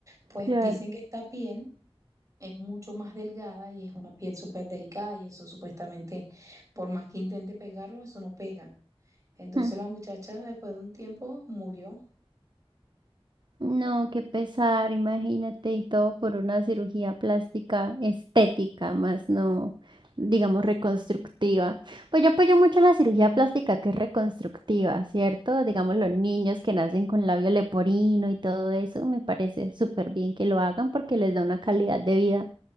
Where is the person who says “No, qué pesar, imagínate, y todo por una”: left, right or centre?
Right